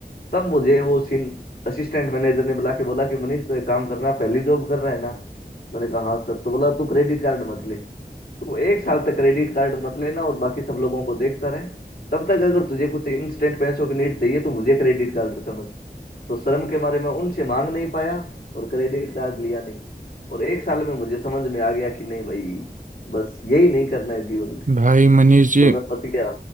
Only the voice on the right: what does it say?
भाई मनीष जी